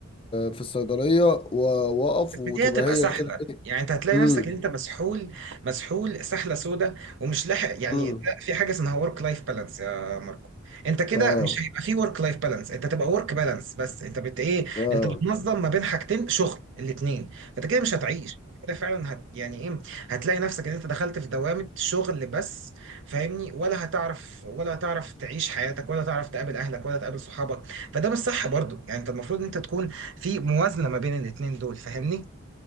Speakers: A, on the left (about 25°); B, on the right (about 60°).
A: في الصيدليه و- واقف
B: بس
A: وتبقى
B: دي هتبقى
A: هي
B: سحلة
A: كده ايه
B: يعني انت هتلاقي
A: امم
B: نفسك ان انت مسحول مسحول سحلة سودة ومش لاحق يعني
A: امم
B: ده في حاجة اسمها ورك لايف بالانس يا ماركو انت كده
A: اه
B: مش هيبقى في ورك لايف بالانس انت تبقى ورك بالانس بس انت بت ايه
A: اه
B: انت بتنظم ما بين حاجتين شغل الاتنين فانت كده مش هتعيش كده فعلا هت يعني ايه هتلاقي نفسك ان انت دخلت في دوامة شغل بس فاهمني ولا هتعرف ولا هتعرف تعيش حياتك ولا تعرف تقابل اهلك ولا تقابل صحابك فده مش صح برضو يعني انت المفروض ان انت تكون في موازنة ما بين الاتنين دول فاهمني